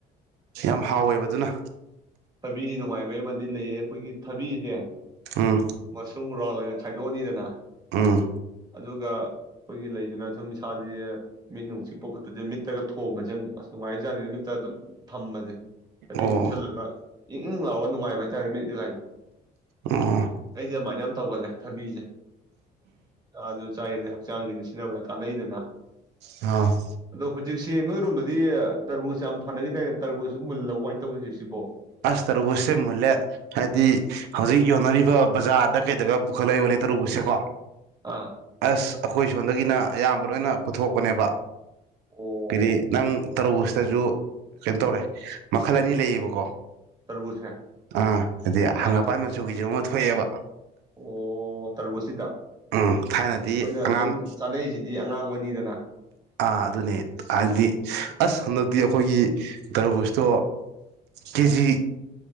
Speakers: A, on the right; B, on the right.
A: ꯌꯥꯝ ꯍꯥꯎꯋꯦꯕ ꯑꯗꯨꯅ꯫
B: ꯊꯕꯤ ꯅꯨꯡꯉꯥꯏꯕꯩ ꯑꯃꯗꯤ ꯂꯩꯌꯦ ꯑꯩꯈꯣꯏꯒꯤ ꯊꯕꯤꯁꯦ
A: ꯑꯝ꯫
B: ꯃꯁꯨꯡ ꯔꯥꯎꯟ ꯑꯣꯏꯅ ꯈꯥꯏꯗꯣꯛꯑꯅꯤꯗꯅ
A: ꯑꯥ꯫
B: ꯑꯗꯨꯒ ꯑꯩꯈꯣꯏꯒꯤ ꯂꯩꯗꯨꯅ ꯁꯨꯝ ꯏꯁꯥꯁꯦ ꯃꯤꯠ ꯅꯨꯡꯁꯤꯛꯄ ꯈꯣꯠꯄꯁꯦ ꯃꯤꯠꯇꯒ ꯊꯣꯡꯝꯕꯖꯦ ꯑꯁ ꯅꯨꯡꯉꯥꯏ ꯖꯥꯠꯅꯤꯗ ꯃꯤꯠꯇ ꯑꯗꯨꯝ ꯊꯝꯕꯖꯦ ꯫ ꯐꯗꯤꯅ
A: ꯑꯣ
B: ꯀꯨꯞꯁꯜꯂꯒ꯫ ꯏꯪ - ꯏꯪ ꯂꯥꯛꯑꯣ ꯅꯨꯡꯉꯥꯏꯕ ꯍꯥꯏꯇꯥꯔꯦ ꯃꯤꯠ ꯀꯥꯁꯤ
A: ꯑꯣ
B: ꯑꯩꯗꯤ ꯑꯗꯨꯃꯥꯏꯅ ꯌꯥꯝ ꯇꯧꯒꯜꯂꯦ ꯊꯕꯤꯖꯦ ꯆꯥꯔꯁꯨ ꯆꯥꯏꯗꯩ ꯍꯛꯆꯥꯡꯒꯤꯗꯤ ꯁꯤꯖꯤꯟꯅꯕꯗ ꯀꯥꯟꯅꯩꯗꯅ꯫
A: ꯑ꯫
B: ꯍꯧꯖꯤꯛꯁꯤ ꯅꯣꯏꯔꯣꯝꯗꯗꯤ ꯇꯔꯕꯨꯖ ꯌꯥꯝ ꯊꯥꯅꯒꯤ ꯗꯥꯏꯅꯦ ꯇꯔꯕꯨꯖ ꯃꯨꯜꯂꯕꯤ ꯀꯃꯥꯏ ꯇꯧꯔꯤꯒꯦ ꯍꯧꯖꯤꯛꯁꯤꯕꯣ?
A: ꯑꯁ ꯇꯔꯕꯨꯁ ꯃꯨꯜꯂꯦ ꯍꯥꯏꯗꯤ ꯍꯧꯖꯤꯛ ꯌꯣꯟꯅꯔꯤꯕ ꯕꯖꯥꯔꯗ ꯀꯩꯗꯒ ꯄꯨꯈꯠꯂ ꯌꯣꯜꯂꯦ ꯇꯔꯕꯨꯁꯁꯦꯀꯣ
B: ꯑꯥ
A: ꯑꯁ ꯑꯩꯈꯣꯏ ꯁꯣꯝꯗꯒꯤꯅ ꯑꯌꯥꯝꯕ ꯂꯣꯏꯅ ꯄꯨꯊꯣꯛꯄꯅꯦꯕ
B: ꯑꯣ
A: ꯀꯗꯤ ꯅꯪ ꯇꯔꯕꯨꯁꯇꯁꯨ ꯀꯩꯅꯣ ꯇꯧꯔꯦ ꯃꯈꯜ ꯑꯅꯤ ꯂꯩꯌꯦꯕꯀꯣ
B: ꯇꯔꯕꯨꯖꯁꯦ
A: ꯑ ꯍꯥꯏꯗꯤ ꯍꯪꯒꯄꯥꯟ
B: ꯑꯥ
A: ꯃꯆꯨꯒꯤꯁꯨ ꯑꯃ ꯊꯣꯛ ꯊꯣꯛꯑꯦꯕ
B: ꯑꯣ ꯇꯔꯕꯨꯨꯁꯁꯤꯗ ꯑꯩꯈꯣꯏꯅ
A: ꯎꯝ ꯊꯥꯏꯅꯗꯤ ꯑꯉꯥꯡ
B: ꯑꯗꯨꯝ ꯆꯥꯅꯩꯁꯤꯗꯤ ꯑꯉꯥꯡꯕꯅꯤꯗꯅ
A: ꯑꯥ ꯑꯗꯨꯅꯦ ꯍꯥꯏꯕꯗꯤ ꯑꯁ ꯍꯟꯗꯛꯇꯤ ꯑꯩꯈꯣꯏꯒꯤ ꯇꯔꯕꯨꯁꯇꯣ ꯀꯦꯖꯤ